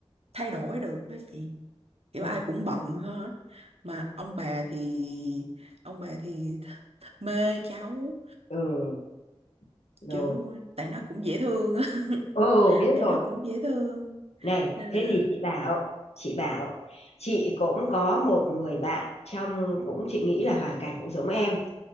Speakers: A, on the right; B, on the left.
A: thay đổi được đó chị kiểu
B: ừ,
A: ai cũng bận hết mà ông bà thì ông bà thì th th mê cháu
B: ừ rồi
A: kiểu tại nó cũng dễ thương á <laughs>
B: ừ biết
A: tại
B: rồi
A: nó cũng dễ thương
B: này
A: nên
B: thế
A: là
B: thì chị bảo chị bảo chị cũng có một người bạn trong cũng chị nghĩ là hoàn cảnh cũng giống em